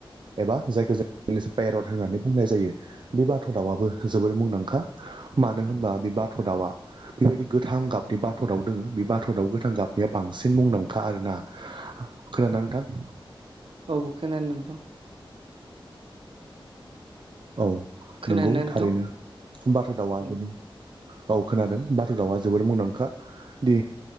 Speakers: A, on the right; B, on the right.
A: एबा जायखौ जों पेरट होनानै बुंनाय जायो बे बाथ' दाउआबो जोबोर मुंदांखा मानो होनबा बे बाथ' दाउआ बेबायदि गोथां गाबनि बाथ' दाव दोङो बे बाथ' दाव गोथां गाबनिया बांसिन मुंदांखा आरोना खोनादों ना नोंथां?
B: औ खोनादों नोंथां।
A: औ
B: खोनादोंना
A: नंगौ
B: नोंथां
A: थारैनो बाथ' दाउआ
B: औ
A: जोबो औ खोनादों बाथ' दावआ जोबोद मुंदांखा दि